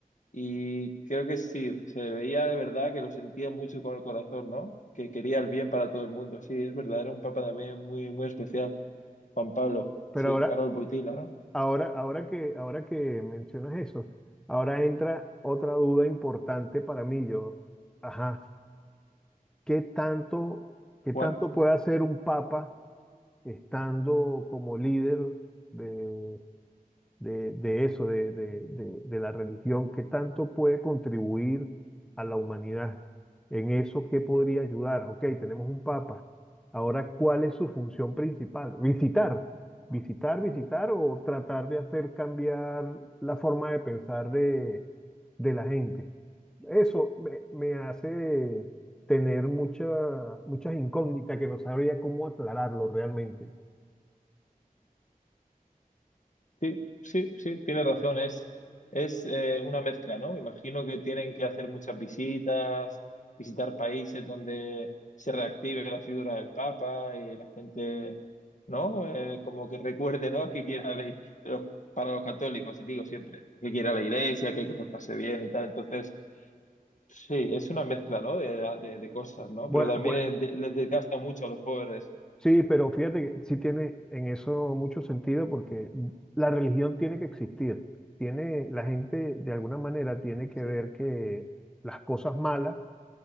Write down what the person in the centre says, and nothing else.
Pero
ahora,
ahora, ahora que, ahora que mencionas eso, ahora entra otra duda importante para mí. Yo, ajá, ¿qué tanto, qué
tanto puede hacer un papa? estando como líder de, de, de eso, de, de, de- de la religión, ¿qué tanto puede contribuir a la humanidad? En eso, ¿qué podría ayudar? Ok, tenemos un papa. Ahora, ¿cuál es su función principal? Visitar, visitar, visitar o tratar de hacer cambiar la forma de pensar de, de la gente. Eso me, me hace tener mucha, muchas incógnitas que no sabría cómo aclararlo realmente.
Bueno,
bueno,
sí, pero fíjate que sí tiene en eso mucho sentido porque la religión tiene que existir. Tiene, la gente de alguna manera tiene que
ver que las cosas malas